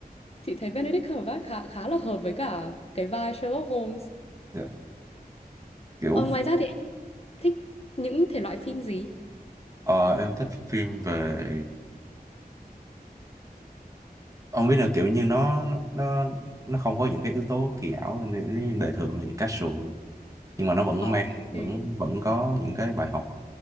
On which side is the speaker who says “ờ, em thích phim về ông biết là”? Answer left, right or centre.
Right